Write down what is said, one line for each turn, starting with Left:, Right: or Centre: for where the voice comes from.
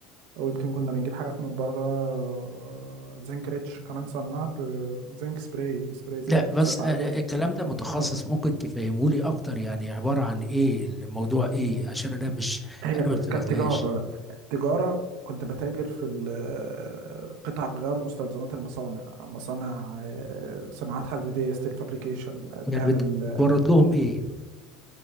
Right: أو يمكن كنا بنجيب حاجات من بره آه، زنك ريتش وكمان صنعت آه، زنك سبراي سبراي زنك
Centre: لا
Right: كثافة
Centre: بس آه، آه،
Right: عالية
Centre: الكلام ده متخصص
Right: اتفضل
Centre: ممكن تفهمولي أكتر يعني عبارة عن إيه الموضوع إيه عشان أنا مش
Right: هي
Centre: أنا ما اشتغلتهاش
Right: كانت تجارة تجارة كنت بتاجر في ال- قطع غيار ومستلزمات المصانع مصانع آه، صناعات حديدية ستيل فابريكيشن
Centre: يعني
Right: بتعمل
Centre: بت- بتورد لهم ايه